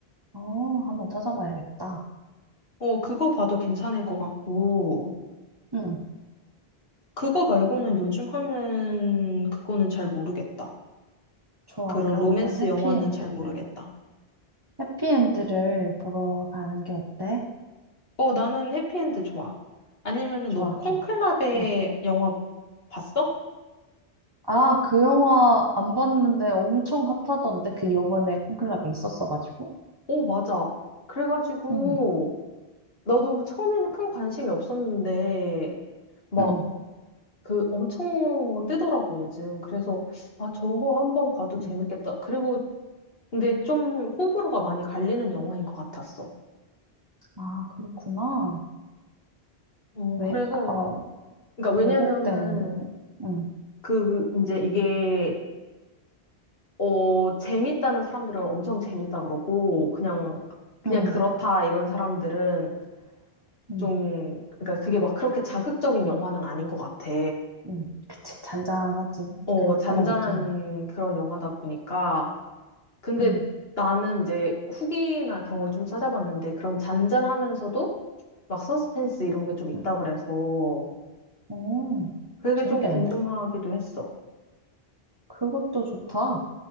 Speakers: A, on the right (about 20°); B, on the left (about 65°).
A: 어, 한번 찾아봐야겠다.
B: 어, 그거 봐도 괜찮을 것 같고,
A: 응,
B: 그거 말고는 요즘 하는 그거는 잘 모르겠다.
A: 좋아.
B: 그런
A: 그러면
B: 로맨스
A: 해피엔드를,
B: 영화는 잘 모르겠다.
A: 해피엔드를 보러 가는 게 어때?
B: 어, 나는 해피엔드 좋아. 아니면은
A: 좋아,
B: 너 콘클라베
A: 좋아. 응.
B: 영화 봤어?
A: 아, 그 영화 안 봤는데 엄청 핫하던데 그 요번에 콘클라베 있었어가지고.
B: 오, 맞아. 그래가지고,
A: 응,
B: 나도 처음에는 큰 관심이 없었는데, 막
A: 응,
B: 그 엄청 뜨더라고, 요즘. 그래서, 아, 저거 한번 봐도 재밌겠다.
A: 응.
B: 그리고, 근데 좀 호불호가 많이 갈리는 영화인 것 같았어.
A: 아, 그렇구나.
B: 어,
A: 왜,
B: 그래서,
A: 어,
B: 그러니까
A: 왜곡
B: 왜냐면은,
A: 때문에. 응,
B: 그, 이제 이게, 어, 재밌다는 사람들은 엄청 재밌다 그러고, 그냥, 그냥
A: 응,
B: 그렇다, 이런 사람들은
A: 응,
B: 좀, 그러니까 그게 막 그렇게 자극적인 영화는 아닌 것 같아.
A: 응. 그치, 잔잔하지.
B: 어,
A: 그런,
B: 잔잔한
A: 그런 느낌이야.
B: 그런 영화다 보니까, 근데
A: 응,
B: 나는 이제 후기나 그런 걸 좀 찾아봤는데 그런 잔잔하면서도 막 서스펜스 이런 게 좀 있다
A: 응.
B: 그래서
A: 오,
B: 그게
A: 재밌겠는데?
B: 좀 궁금하기도 했어.
A: 그것도 좋다.